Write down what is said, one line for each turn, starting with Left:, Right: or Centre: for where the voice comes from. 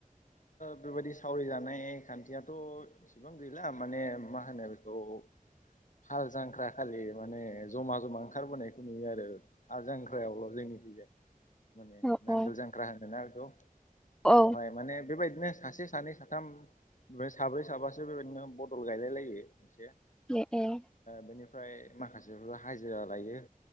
Left: बेबायाददि सावरि जानाय खान्थियाथ' इसेबां गैला माने मा होनो बेखौ हाल जांख्रा खालि माने जमा जमा ओंखारबोनायखौ नुयो आरो आरो जांख्रायावल' जोंनि गिज माने
Centre: औ
Left: नांगोल
Centre: औ
Left: जांख्रा होनोना बेखौ
Centre: औ।
Left: बेवहाय माने बेबायदिनो सासे सानै साथाम ओमफ्राय साब्रै साबासो बेबायदिनो बदल गायलाय लायो एसे
Centre: द
Left: बेनिफ्राय माखासेफ्रा हाजिरा लायो।